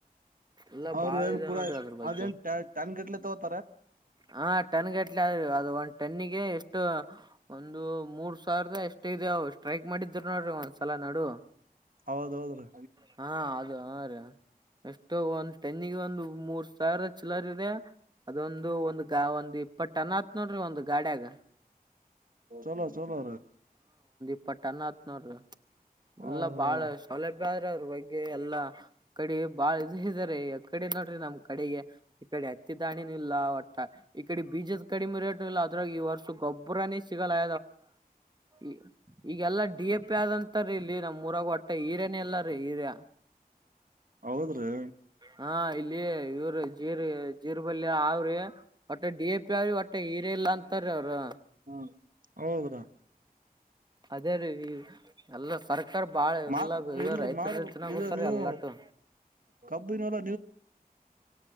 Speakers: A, on the right; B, on the right.
A: ಎಲ್ಲ
B: ಅವ್ರ
A: ಬಾಳ
B: ಏನ್
A: ಇದೆ
B: ಪೂರ
A: ನೋಡ್ರಿ ಅದ್ರ ಬಗ್ಗೆ
B: ಅದ ನ್ ಟ್ಯಾನ್ ಗಟ್ಲೆ ತ
A: ಹಾ ಟನ್ ಗಟ್ಲೆ ಅ ಅದು ಒಂದು ಟನ್ನಿಗೆ ಎಷ್ಟು ಒಂದು ಮೂರ್ ಸಾವಿರದ ಎಷ್ಟ ಇದೆ ಅವವು ಸ್ಟ್ರೈಳಕ್ ಮಾಡಿದ್ರ ನೋಡ್ರಿ ಒಂದ್ಸಲ ನಾಡು
B: ಹೌದೌದ್ರೀ
A: ಹಾ ಅದು ಹ ರೀ ಎಷ್ಟೋ ಒಂದ್ ತೆನ್ನಿಗೆ ಒಂದು ಮೂರ್ ಸಾವಿರ ಚಲರ್ ಇದೆ ಅದೊಂದು ಒಂದು ಗಾ ಒಂದು ಬಟ್ ಅನ್ ಆತ್ ನೋಡ್ರಿ ಒಂದು ಗಾಡಿಯಾಗ
B: ಚಲೋ ಚಲೋ
A: ಪ್ಪಟ್ಟನ್ನ ಹತ್ನೂರು
B: ಹೌದೌದು
A: ಎಲ್ಲ ಬಾಳ ಸೌಲಭ್ಯ ಆದ್ರೆ ಅದ್ರ ಬಗ್ಗೆ ಎಲ್ಲಾ ಕಡೆ ಬಾಳ ಇ ಇದ್ದಾರೆ ಯ ಈ ಕಡೆ ನೋಡ್ರಿ ನಮ್ ಕಡೆಗೆ ಈ ಕಡೆ ಹತ್ತಿ ದಾಾಣಿಿನ ಇಲ್ಲ ಒಟ್ಟ ಈ ಕಡೆ ಬೀಜದ ಕಡಿಮೆ ರೇಟ್ ಇಲ್ಲ ಅದ್ರಾಗ ಈ ವರ್ಷ ಗೊಬ್ಬರನೇ ಸಿಗಲ್ಲ ಈ ಈಗೆಲ್ಲಾ ಡಿ ಎ ಪಿ ಆದಂತರ ಇಲ್ಲಿ ನಮ್ಮ್ ಊರಾಗ ಒಟ್ಟ ಮತ್ತೆ ಹೀರೇನ ಎಲ್ಲಾರೀ ಹೀರ್ಯ
B: ಹೌದ್ರಿ
A: ಹಾ ಇಲ್ಲಿಯ ಇವರು ಜೀರ್ ಜೀರ್ಬಲ್ಯ ಅವ್ರಿ ಒಟ್ಟೆ ಡಿ ಎ ಪಿ ಅವ್ರಿ ಒಟ್ಟೆ ಹೀರ ಇಲ್ಲ ಅಂತಾರೀ ಅವ್ರರು
B: ಹ ಹೋಗದ
A: ಅದೇ ರೀ ಎಲ್ಲ ಸರ್ಕಾರ ಬಾಳ
B: ಮಾಡ
A: ಎಲ್ಲ
B: ಇಲ್ರಿ
A: ರೈತರ
B: ಮಾಡಬ
A: ಜೊತೆನ
B: ಇದು
A: ಕೂತಾರ
B: ನೀವು
A: ಎಲ್ಲಾಟು
B: ಕಬ್ಬಿನವ